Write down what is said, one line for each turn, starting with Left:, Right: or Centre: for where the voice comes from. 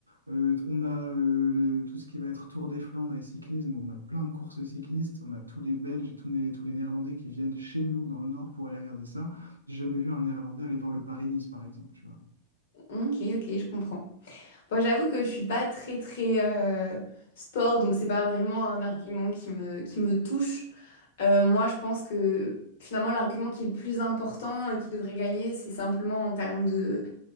Right: Euh, on a euh, le- tout ce qui va être Tour des Flandres et cyclisme, on a plein de courses cyclistes, on a tous les Belges et tous les, tous les Néerlandais qui viennent chez nous dans le Nord pour aller regarder ça. J'ai jamais vu un Néerlandais aller voir le Paris-Nice, par exemple, tu vois.
Left: Ok, ok, je comprends. Bon, j'avoue que je suis pas très très euh, sport, donc c'est pas vraiment un argument qui me, qui me touche. Euh, moi, je pense que finalement, l'argument qui est le plus important et qui devrait gagner, c'est simplement en termes de,